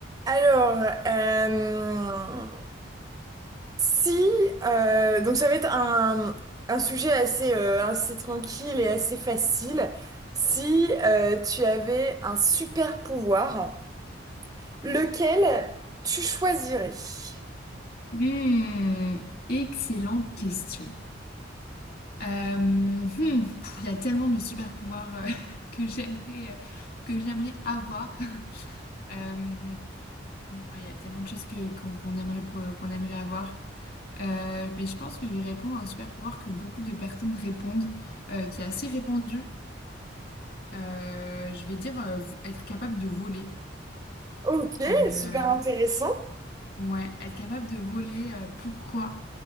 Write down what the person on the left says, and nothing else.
Hmm, excellente question. Euh, hmm, pff, il y a tellement de super pouvoirs euh, <laughs> que j'aimerais euh, que j'aimerais avoir. <laughs> Euh, ouais, il y a tellement de choses que qu'on qu'on aimerait po- qu'on aimerait avoir. Euh, mais je pense que je vais répondre à un super pouvoir que beaucoup de personnes répondent, euh, qui est assez répandu. Euh, je vais dire euh, vo- être capable de voler.
Euh,
ouais, être capable de voler. euh, pourquoi?